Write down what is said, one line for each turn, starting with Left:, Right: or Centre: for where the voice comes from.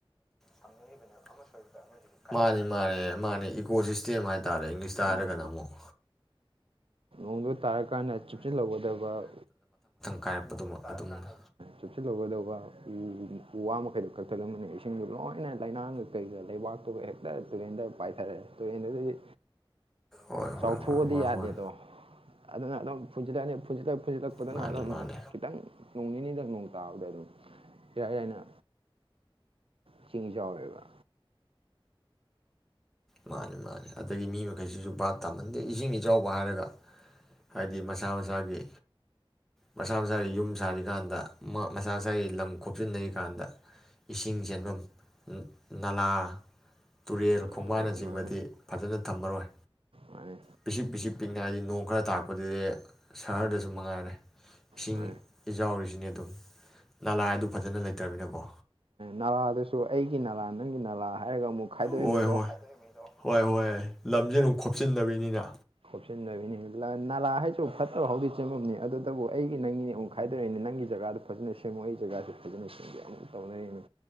Centre: ꯊꯝꯅꯔꯤꯕꯅꯦꯕ ꯑꯃ ꯁꯣꯏꯕꯗ ꯑꯃꯁꯤꯁꯨ ꯃꯥꯅꯤ ꯃꯥꯅꯦ ꯃꯥꯅꯦ ꯏꯀꯣ ꯁꯤꯁꯇꯦꯝ ꯍꯥꯏ ꯇꯥꯔꯦ ꯏꯪꯂꯤꯁꯇ
Right: ꯃꯥꯅꯦ
Centre: ꯍꯥꯏꯔꯒꯅ ꯑꯃꯨꯛ꯫
Right: <unintelligible> ꯇꯥꯔ ꯀꯥꯟꯗ ꯆꯨꯞꯁꯤꯜꯍꯧꯒꯗꯕ
Centre: ꯀꯥꯏꯔꯛꯄꯗꯨꯃꯛ ꯑꯗꯨ ꯉꯝꯅ
Right: ꯆꯨꯞꯁꯤꯜꯍꯒ ꯗꯥꯕ ꯎ ꯋꯥ ꯃꯈꯩꯗꯣ ꯀꯛꯊꯠꯂꯝꯕꯅꯤ ꯏꯁꯤꯡꯗꯣ ꯂꯣꯏꯅ ꯂꯩꯅꯥꯥꯡ ꯀꯩꯒ ꯂꯩꯕꯥꯛ ꯛꯇ ꯇꯦꯟꯗ ꯄꯥꯏꯊꯔꯦ ꯇꯨꯔꯦꯜꯗꯕꯨꯗꯤ
Centre: ꯍꯣꯏ ꯍꯣꯏ
Right: ꯆꯥꯎꯊꯣꯛꯑꯗꯤ
Centre: ꯍꯣꯏ ꯍꯣꯏ
Right: ꯌꯥꯗꯦꯗꯣ
Centre: ꯍꯣꯏ
Right: ꯑꯗꯨꯅ ꯑꯗꯨꯝ ꯐꯨꯁꯤꯜꯂꯛꯄꯗꯨꯅ
Centre: ꯃꯥꯅꯤ
Right: ꯑꯗꯨꯝ
Centre: ꯃꯥꯅꯤ
Right: ꯈꯤꯇꯪ ꯅꯣꯡ ꯅꯤꯅꯤꯗꯡ ꯇꯗ ꯑꯗꯨ ꯏꯔꯥ ꯌꯥꯅ ꯏꯁꯤꯡ ꯆꯥꯎꯋꯦꯕ
Centre: ꯃꯥꯅꯤ ꯃꯥꯅꯤ ꯑꯗꯒꯤ ꯃꯤ ꯃꯈꯩꯁꯤꯁꯨ ꯚꯥꯠ ꯇꯥꯃꯟꯗꯦ ꯏꯁꯤꯡ ꯏꯆꯥꯎꯕ ꯍꯥꯏꯔꯒ ꯍꯥꯏꯗꯤ ꯃꯁꯥ ꯃꯁꯥꯒꯤ ꯃꯁꯥ ꯃꯁꯥꯒꯤ ꯌꯨꯝ ꯁꯥꯔꯤꯀꯥꯟꯗ ꯃꯁꯥ ꯃꯁꯥꯒꯤ ꯂꯝ ꯈꯣꯞꯆꯤꯟꯅꯔꯤꯀꯥꯟꯗ ꯏꯁꯤꯡ ꯆꯦꯟꯐꯝ ꯅꯥꯂꯥ ꯇꯨꯔꯦꯜ
Right: ꯃꯥꯅꯦ
Centre: ꯈꯣꯡꯕꯥꯅꯆꯤꯡꯕꯗꯤ
Right: ꯃꯥꯅꯦ ꯃꯥꯅꯦ
Centre: ꯐꯖꯅ ꯊꯝꯃꯔꯣꯏ
Right: ꯃꯥꯅꯦ
Centre: ꯄꯤꯁꯤꯛ ꯄꯤꯁꯤꯛ ꯄꯤꯛꯅ ꯍꯥꯏꯗꯤ ꯅꯣꯡ ꯈꯔ ꯇꯥꯛꯔꯄꯗꯗꯤ ꯁꯍꯔꯗꯁꯨ ꯃꯉꯥꯏꯔꯦ ꯏꯁꯤꯡ
Right: ꯃꯥꯅꯦ
Centre: ꯏꯆꯥꯎꯔꯤꯁꯤꯅꯤ ꯑꯗꯨꯝ ꯂꯥꯏꯗꯨ ꯐꯖꯅ ꯂꯩꯇ꯭ꯔꯃꯤꯅꯀꯣ
Right: ꯅꯥꯂꯥꯗꯨꯁꯨ ꯑꯩꯒꯤ ꯅꯂꯥ ꯅꯪꯒꯤ ꯅꯂꯥ ꯍꯥꯏꯔꯒ ꯑꯃꯨꯛ ꯈꯥꯏꯗꯣꯛꯏ
Centre: ꯍꯣꯏ
Right: ꯃꯤꯗꯣ
Centre: ꯍꯣꯏ ꯍꯣꯏ ꯍꯣꯏ ꯂꯝꯁꯦ ꯑꯗꯨꯝ ꯈꯣꯞꯆꯤꯟꯅꯕꯅꯤꯅ
Right: ꯀꯣꯁꯤꯟ ꯂꯩꯕꯤꯅꯤꯂ ꯅꯥꯂꯥ ꯍꯥꯏꯁꯨ ꯐꯠꯇꯕ ꯍꯥꯎꯗꯤ ꯆꯦꯟꯐꯝꯅꯤ ꯑꯗꯨꯇꯕꯨ ꯑꯩꯒꯤ ꯅꯪꯒꯤꯅꯦ ꯑꯃꯨꯛ ꯈꯥꯏꯗꯛꯏꯅꯦ ꯅꯪꯒꯤ ꯖꯒꯥꯗꯨ ꯐꯖꯅ ꯁꯦꯝꯃꯣ ꯑꯩ ꯖꯒꯥꯗ ꯐꯖꯅ ꯁꯦꯝꯒꯦ ꯑꯃꯨꯛ ꯇꯧꯅꯔꯤꯅꯤ